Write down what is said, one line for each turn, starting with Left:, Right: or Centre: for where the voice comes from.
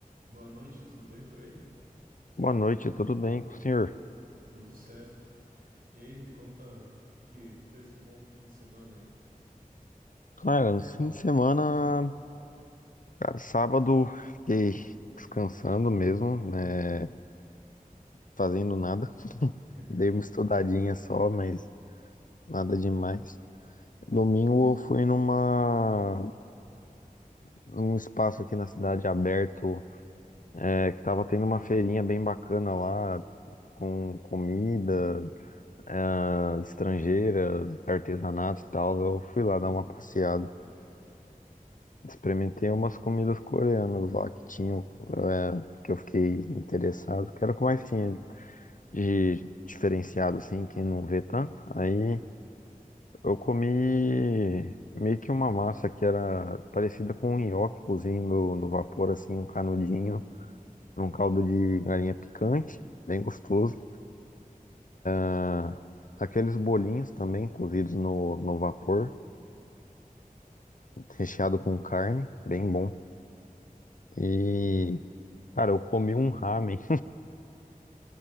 Right: Boa noite, tudo bem por aí?
Left: Boa noite, tudo bem com o senhor?
Right: Tudo certo. E aí, me conta o que que fez de bom no fim de semana, hein?
Left: Cara, no fim de semana, cara, sábado, fiquei descansando mesmo, né? Fazendo nada.
Right: <laughs>
Left: Dei uma estudadinha só, mas nada demais. Domingo eu fui numa, num espaço aqui na cidade aberto, é, que tava tendo uma feirinha bem bacana lá, com comida, ah, estrangeira, artesanato e tal. Eu fui
Right: Hum,
Left: lá dar uma passeada.
Right: ah, legal, pô.
Left: Experimentei umas comidas coreanas lá que tinham, é, que eu fiquei interessado, que era o que mais tinha de diferenciado, assim, quem não vê tanto. Aí eu comi meio que uma massa que era parecida com um nhoque cozido no, no vapor, assim, um canudinho,
Right: Uhum,
Left: num caldo de galinha picante, bem gostoso. Ah, Aqueles bolinhos também cozidos no, no vapor, recheado com carne, bem bom. E, cara, eu comi um ramen.